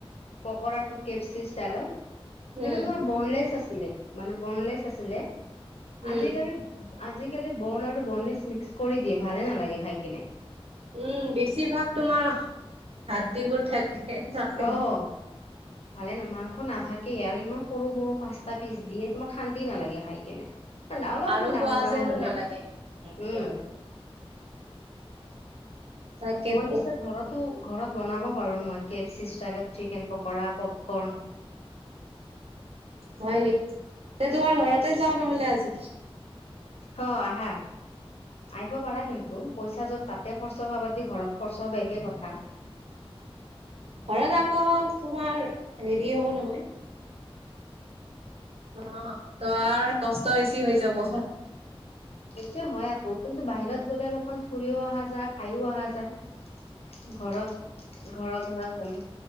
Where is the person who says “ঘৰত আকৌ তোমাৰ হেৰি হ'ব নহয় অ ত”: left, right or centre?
Right